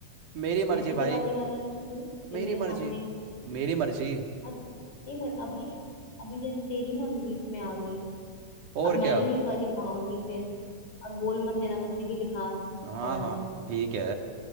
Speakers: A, on the right; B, on the left.
A: मेरी मर्जी
B: ऐसी क्या
A: भाई
B: बातें कर रहा है तू तू जो
A: मेरी
B: मेरे सामने
A: मर्जी
B: नहीं
A: मेरी मर्जी
B: अब एक मिनट अभी अभी कहते तेरी मर्जी इसमें आ गई
A: और
B: अब मैं
A: क्या
B: भी नहीं कर दिखाऊंगी फिर और बोल मत देना मुझसे कि दिखा
A: हाँ
B: कौन
A: हाँ
B: है
A: ठीक है